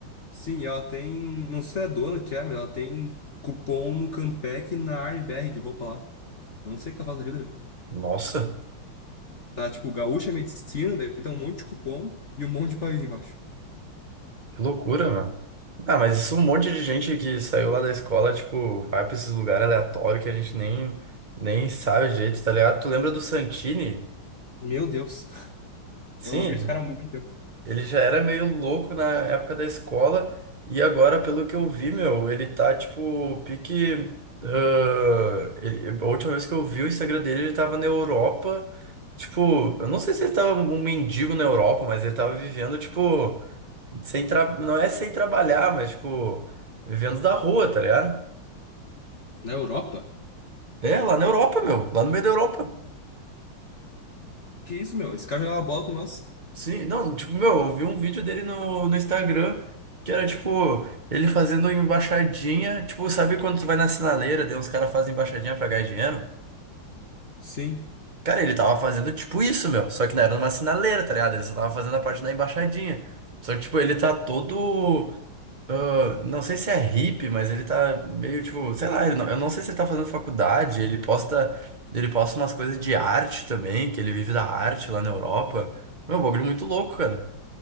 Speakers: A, on the left; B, on the right.
A: Sim, ela tem. Não sei se é a dona que é, mas ela tem cupom no Campec e na Armbr de roupa lá. Não sei o que ela faz da vida, meu.
B: Nossa,
A: Tá, tipo, Gaúcha é Medicina, daí tem um monte de cupom e um monte de país embaixo.
B: que loucura, meu. Ah, mas isso é um monte de gente que saiu lá da escola, tipo, vai pra esses lugares aleatórios que a gente nem, nem sabe o tá ligado? Tu lembra do Santini?
A: Meu Deus.
B: Sim,
A: Eu não vejo esse cara há muito tempo.
B: Ele já era meio louco na época da escola, e agora, pelo que eu vi, meu, ele tá tipo, pique. ah, ele- a última vez que eu vi o Instagram dele, ele tava na Europa. Tipo, eu não sei se ele tava um mendigo na Europa, mas ele tava vivendo, tipo, sem tra... não é sem trabalhar, mas, tipo, vivendo da rua, tá ligado?
A: Na Europa?
B: É, lá na Europa, meu, lá no meio da Europa.
A: Que isso, meu? Esse cara jogava bola com nós.
B: Sim, não, tipo, meu, eu vi um vídeo dele no, no Instagram que era tipo, ele fazendo uma embaixadinha. Tipo, sabe quando tu vai na sinaleira, daí uns caras fazem embaixadinha pra ganhar dinheiro?
A: Sim.
B: Cara, ele tava fazendo tipo isso, meu. Só que não era numa sinaleira, tá ligado? Ele só tava fazendo a parte da embaixadinha. Só que, tipo, ele tá todo. ah, não sei se é hippie, mas ele tá meio tipo, sei lá, ele não- eu não sei se ele tá fazendo faculdade. Ele posta, ele posta umas coisas de arte também, que ele vive da arte lá na Europa. Meu, bagulho muito louco, cara.